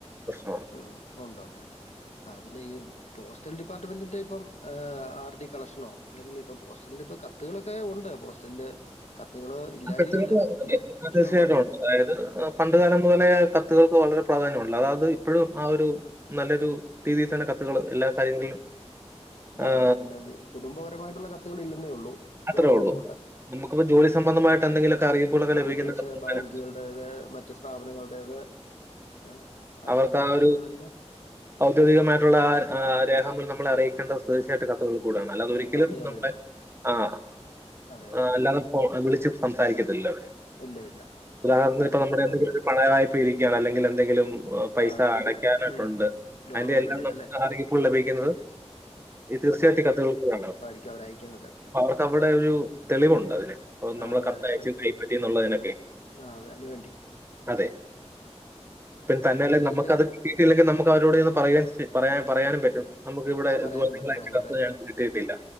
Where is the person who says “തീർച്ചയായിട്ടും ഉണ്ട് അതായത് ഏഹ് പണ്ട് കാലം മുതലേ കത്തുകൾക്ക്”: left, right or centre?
Right